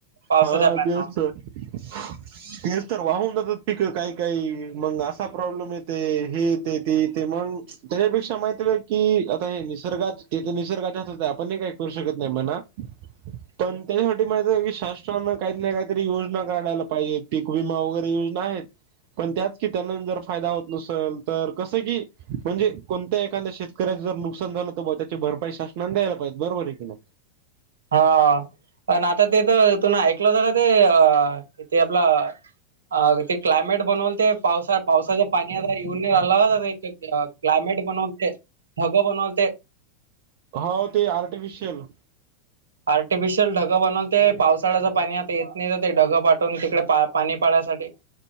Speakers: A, on the right; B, on the right.
A: पावसाच्या
B: हा,
A: पाण्यावर.
B: तेच तर - तेच तर वाहून जातात पीकं, काही काही मंग असा प्रॉब्लेम येतोय, हे येतंय ते येतंय, मंग त्यापेक्षा माहितीये की आता हे निसर्गाचं, ते तर निसर्गाच्या हातात आहे, आपण ही, काही करू शकत नाय म्हणा.
A: <inaudible>
B: पण त्याच्यासाठी माझं विशाष च्यामुळं, काही ना काहीतरी, योजना काढायला पाहिजे, पीक वीमा वगैरे योजना हायेत. पण त्याच की त्यांनाच जरा फायदा होत नसेल तर कसं की, म्हणजे कोणत्या एखांद्या शेतकऱ्याचं, नुकसान झालं, तर वा त्याची भरपाई शासनाने द्यायला पाहिजेत, बरोबर हाय की नाय?
A: हा पण आता ते तर तुम्ही ऐकला सा का ते अ इथे आपलं अगं ते क्लायमेट बनवून ते पावसा पावसाचे पाणी आता येऊन नाही राहिलं <unintelligible> क्लायमेट बनवते ढगं बनवते
B: हा, ते आर्टिफिशियल
A: आर्टिफिशियल ढग बनवते, पावसाळ्याचं पाणी आता येत नाही, ते ढग पाठवून तिकडे पा पाणी पडायसाठी.